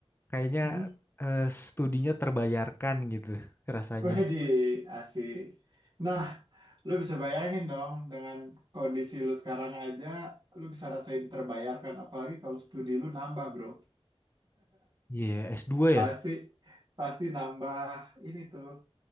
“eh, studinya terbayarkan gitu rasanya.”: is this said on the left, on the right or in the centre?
Left